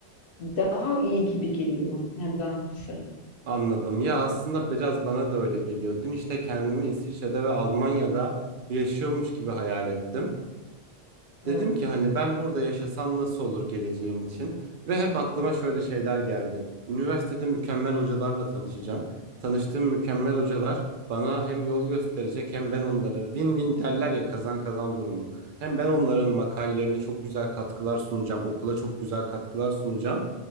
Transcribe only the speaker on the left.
daha iyi gibi geliyor nedense.
Evet.